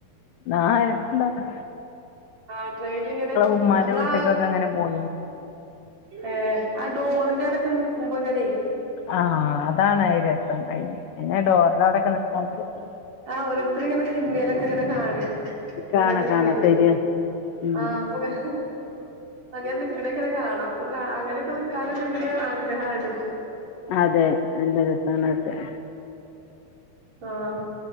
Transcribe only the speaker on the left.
ആഹ് രെസണ്ടാവും
ഉമ്മാന്റെ
വീട്ടിക്കൊക്കെ അങ്ങനെ പോയിനി
ആഹ് അതാണ് ആഹ് രസം അയി അയ് ഡോറ അവിടെക്കെ നിൽക്കാൻ പെടിയ
കാണാ
കാണാ ശരിയാ ഉം
അതെ നല്ല രസാനൊക്കെ